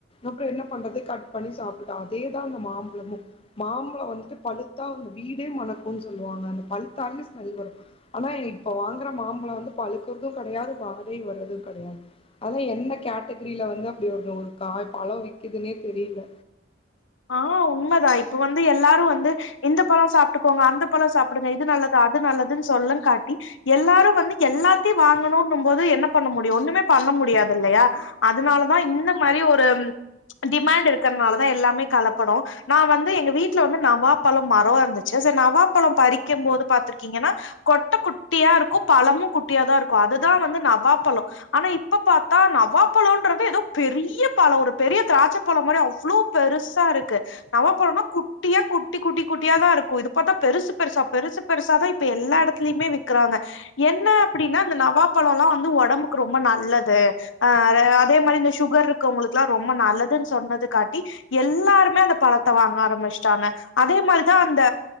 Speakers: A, on the left (about 30°); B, on the left (about 80°).
A: அப்றோ என்ன பண்றது கட் பண்ணி சாப்டுட்டோம் அதேதான் அந்த மாம்பழமும் மாம்பழம் வந்துட்டு பழுத்தா அந்த வீ டே மணக்குன்னு சொல்லுவாங்க அந்த பழத்தாலே ஸ்மெல் வரும் ஆனா இப்ப வாங்குற மாம்பழம் வந்து பழுக்கறதும் கடையாது வாடையு வர்றது கடையாது, ஆனா என்ன கேட்டகிரில வந்து அப்டி ஒரு ஒரு காய் பழோ விக்கிதுன்னே தெரில
B: ஆ உண்மதா இப்ப வந்து எல்லாரும் வந்து இந்த பழம் சாப்டுக்கோங்க அந்த பழம் சாப்டுங்க இது நல்லது அது நல்லதுன்னு சொல்லும் காட்டி எல்லாரும் வந்து எல்லாத்தையும் வாங்கணுன்னும் போது என்ன பண்ண முடியும் ஒண்ணுமே பண்ண முடியாது இல்லையா அதனாலதான் இந்த மாரி ஒரு டிமாண்ட் இருக்கறதுனால தா எல்லாமே கலப்படோ, நா வந்து எங்க வீட்ல வந்து நவாப் பழோ மரோ இருந்துச்சு சரி நவாப் பழோம் பறிக்கும் போது பாத்துருக்கீங்கன்னா கொட்ட குட்டியா இருக்கும் பழமும் குட்டியா தான் இருக்கும் அதுதான் வந்து நவாப் பழம் ஆனா இப்ப பாத்தா நவாப் பழோன்றது ஏதோ பெரிய பழம் ஒரு பெரிய திராட்ச பழம் மாரி அவ்ளோ பெருசா இருக்கு நவாப்பழன்னா குட்டியா குட்டி குட்டி குட்டியாதான் இருக்கும் இது பாத்தா பெருசு பெருசா பெருசு பெருசாதான் இப்ப எல்லா எடத்துலயுமே விக்குறாங்க, என்ன அப்புடின்னா அந்த நவாப்பழல்லாம் வந்து ஒடம்புக்கு ரொம்ப நல்லது அ அத அதே மாரி இந்த ஷுகர்ருக்கவங்களுக்குல்லா ரொம்ப நல்லதுன்னு சொன்னது காட்டி எல்லாருமே அந்த பழத்த வாங்க ஆரம்பிஷ்ட்டாங்க அதே மாரிதான் அந்த